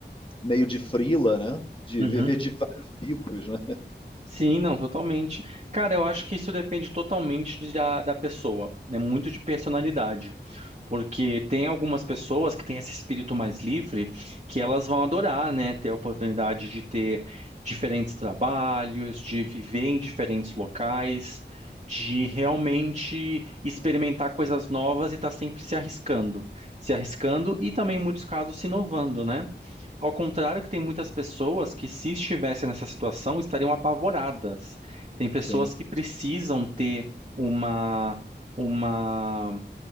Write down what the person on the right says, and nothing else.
Uhum,
Sim, não, totalmente. Cara, eu acho que isso depende totalmente de- da, da pessoa, né? Muito de personalidade. Porque tem algumas pessoas que têm esse espírito mais livre que elas vão adorar, né? Ter a oportunidade de ter diferentes trabalhos, de viver em diferentes locais, de realmente experimentar coisas novas e estar sempre se arriscando. Se arriscando e também, em muitos casos, se inovando, né? Ao contrário que tem muitas pessoas que, se estivessem nessa situação, estariam apavoradas. Tem
pessoas
que precisam ter uma, uma